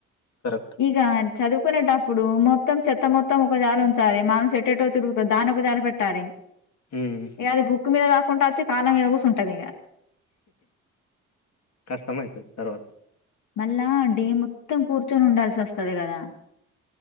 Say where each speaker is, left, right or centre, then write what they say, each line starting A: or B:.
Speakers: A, on the left (about 60°); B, on the left (about 80°).
A: కరెక్ట్
B: ఈకా అ చదువుకునేటప్పుడు మొత్తం చెత్త మొత్తం ఒక జాలాలు ఉంచాలి మనం ఎటేట తిరుగుత దాని ఒక చాల పెట్టార
A: ఉమ్
B: ఎది బుక్ మీర కాస్త కుంటాచ్చి కాలం మీద పోస్ ఉంటదికా
A: కష్టమ అవుతుంది తర్వాత
B: మళ్ళా డీ మొత్తం కూర్చొని ఉండాల్సి వస్తుది కదా